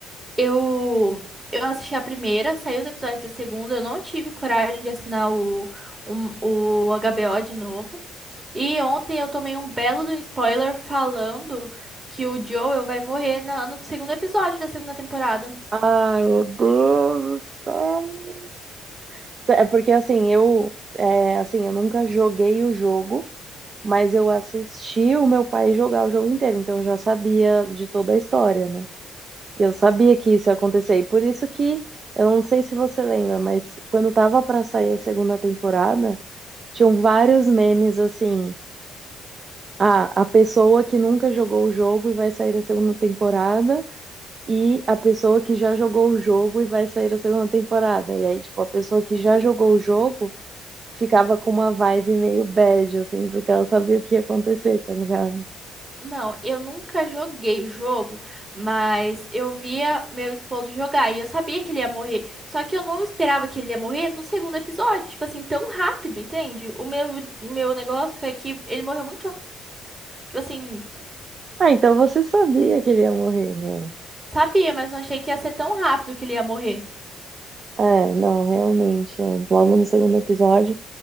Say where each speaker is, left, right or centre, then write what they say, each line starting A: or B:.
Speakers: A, on the right; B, on the right.
A: Eu, eu assisti a primeira, saiu os episódios da segunda, eu não tive coragem de assinar o, o, o HBO de novo. E ontem eu tomei um belo de um spoiler falando que o Joel vai morrer na- no segundo episódio da segunda temporada.
B: Ai, meu Deus do céu. Cê- É porque assim, eu é, assim, eu nunca joguei o jogo, mas eu assisti o meu pai jogar o jogo inteiro, então eu já sabia de toda a história, né? Eu sabia que isso ia acontecer, e por isso que eu não sei se você lembra, mas quando tava pra sair a segunda temporada, tinham vários memes assim: ah, a pessoa que nunca jogou o jogo e vai sair a segunda temporada, e a pessoa que já jogou o jogo e vai sair a segunda temporada. E aí, tipo, a pessoa que já jogou o jogo ficava com uma vibe meio bad, assim, porque ela sabia o que ia acontecer, tá ligado?
A: Não, eu nunca joguei o jogo, mas eu via meu esposo jogar e eu sabia que ele ia morrer. Só que eu não esperava que ele ia morrer no segundo episódio, tipo assim, tão rápido, entende? O meu, o meu negócio foi que ele morreu muito, tipo assim.
B: Ah, então você sabia que ele ia morrer, meu.
A: Sabia, mas não achei que ia ser tão rápido que ele ia morrer. <laughs>
B: É, não, realmente, é, logo no segundo episódio.